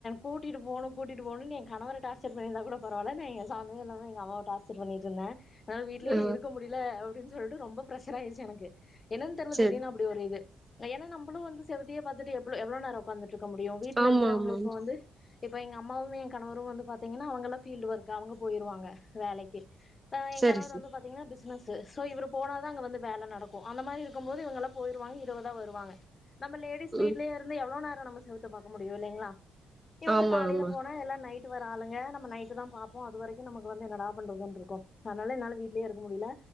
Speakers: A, on the left; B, on the right.
A: கூட்டிட்டு போகும் கூட்டிகிட்டு போனும் என் கணவரை டார்ச்சர் பண்ணிருந்தா கூட பரவாயில்ல நான் எங்க சம்பந்தமே இல்லாம எங்க அம்மாவை டார்ச்சர் பண்ணிட்டு இருந்தேன் அதனால வீட்லேயே
B: ஆ
A: இருக்க முடியல அப்படின்னு சொல்லிட்டு ரொம்ப ப்ஷர் ஆயிச்சு எனக்கு என்னனு தெரில
B: செரி
A: திடிர்னு இப்டி ஒரு இது ஏன்னா நம்மளும் வந்து செவுதையே பார்த்துட்டு எவ்வளோ நேரம் உக்காந்துட்டு இருக்கு இருக்க முடியும் வீட்டுல
B: ஆமா
A: இருக்கிறவங்க
B: ஆமா
A: இப்ப வந்து இப்போ எங்க அம்மாவும் என் கணவரும் வந்து பார்த்தீங்கன்னா அவங்கலாம் ஃபீல்டு ஒர்க் அவங்களு போயிருவாங்க வேலைக்கு என்
B: சரி
A: கணவர்
B: சரி
A: வந்து பாத்தீங்கன்னா பிசினஸ் சோ இவரு போனாதா அங்க வந்து வேலை நடக்கும் அந்த மாதிரி இருக்கும்போது இவங்கெல்லா போயிருவாங்க இருபதா வருவாங்க நம்மலேடிஸ் வீட்லே
B: ம்
A: இருந்து எவ்ளோ நேரம் நம்ம செவுத்த பாக்க முடியும் இல்லைங்களா இவங்க
B: ஆமா
A: காலையில
B: ஆமா
A: போனா எல்லாம் நைட் நைட்டுவர ஆளுங்க நம் நைட் தான் பார்போம் அது வரைக்கும் நமக்கு வந்து நன்னடா பண்றதுனு இருக்கு அதனால என்னால வீட்லயே இருக்க முடியல